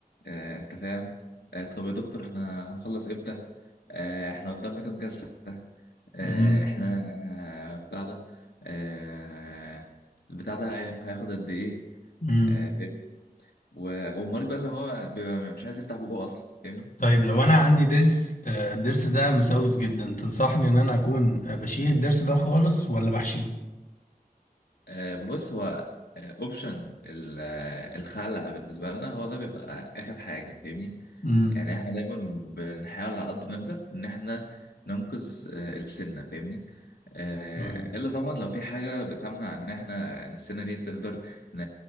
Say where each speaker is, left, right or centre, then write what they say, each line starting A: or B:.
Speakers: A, on the left; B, on the left.
A: آه أنت فاهم؟ آه طب يا دكتور إحنا هنخلص إمتى؟ آه إحنا قدامنا كام جلسة؟ آه
B: امم
A: إحنا آه بتاع ده آه البتاع ده هي- هياخد قد إيه؟
B: امم
A: آه، فاهمني؟ و- والمريض بقى اللي هو بيبقى مش عايز يفتح بقه اصلا فاهمني
B: طيب لو أنا عندي ضرس آه، الضرس ده مسوس جدا تنصحني إن أنا أكون آه، بشيل الضرس ده خالص ولا بحشيه؟
A: آه، بص هو اوبشن الخلع بالنسبه لنا هو ده بيبقى اخر حاجه فاهمني
B: امم
A: يعني احنا دايما بنحاول على قد ما نقدر ان احنا ننقذ آه، السنة فاهمني آه،
B: تمام
A: الا طبعا لو في حاجة بتمنع ان احنا إن السنة دي تقدر ن-